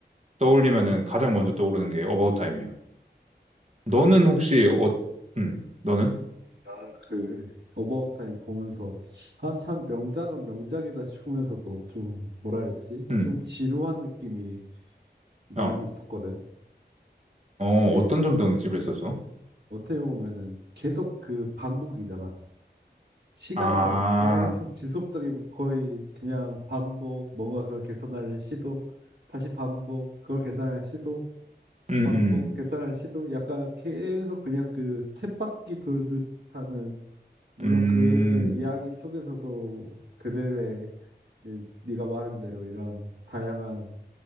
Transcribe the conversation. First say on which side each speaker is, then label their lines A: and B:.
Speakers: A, on the right (about 40°); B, on the right (about 70°).
A: 떠올리면은 가장 먼저 떠오르는 게 어바웃 타임이야. 너는
B: 나는
A: 혹시
B: 근데
A: 어, 음, 너는?
B: 나는 그 어바웃 타임 보면서, 아, 참, 명작은 명작이다 싶으면서도 좀, 뭐라 해야지?
A: 음,
B: 좀 지루한 느낌이 많이
A: 어,
B: 있었거든.
A: 어,
B: 이
A: 어떤 점 때문에 지루했었어?
B: 어떻게 보면은 계속 그 반복이잖아. 시간
A: 아,
B: 여행 계속 지속적인 거의 그냥 반복 뭔가 그걸 개선하려는 시도 다시 반복 그걸 개선하는 시도
A: 음,
B: 반복
A: 음,
B: 개선하는 시도 약간 계속 그냥 그 쳇바퀴 돌듯 하는 물론
A: 음,
B: 그 이야기 속에서도 그들의 이- 네가 말한 대로 이런 다양한